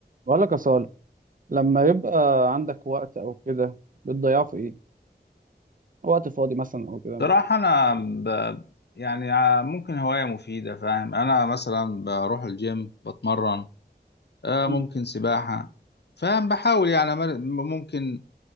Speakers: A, on the right; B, on the left.
A: بقول لك يا صالح لما يبقى عندك وقت او كده بتضيعه في ايه وقت فاضي مثلا او كده بت-
B: صراحة أنا ب... يعني ع- ممكن هواية مفيدة فاهم أنا مثلا بروح الجيم بتمرن آه،
A: مم.
B: ممكن سباحة فاهم بحاول يعني أمر- ممكن